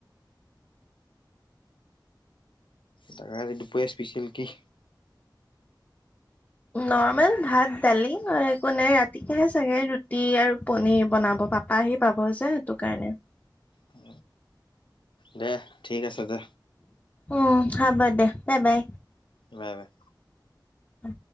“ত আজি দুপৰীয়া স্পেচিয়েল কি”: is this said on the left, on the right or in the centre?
Left